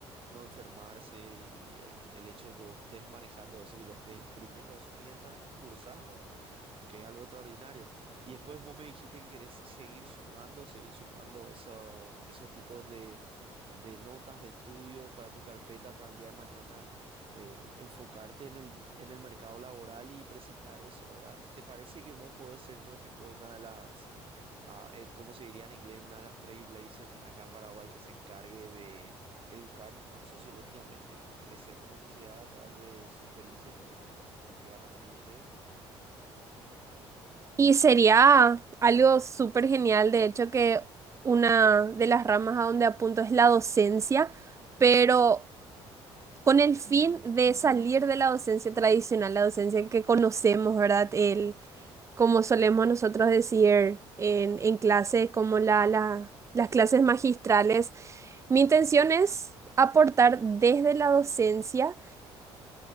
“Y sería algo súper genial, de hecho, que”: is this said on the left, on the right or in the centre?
Right